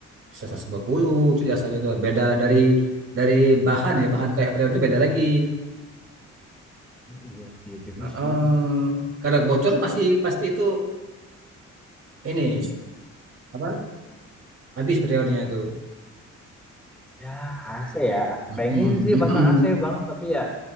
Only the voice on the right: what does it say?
Bisa
150 untuk jasanya itu beda dari dari bahan ya, bahan kayak preon itu beda lagi.
Heeh.
Karena bocor pasti pasti itu ini apa? Habis preonnya itu.
Mm-mm,
mm-mm.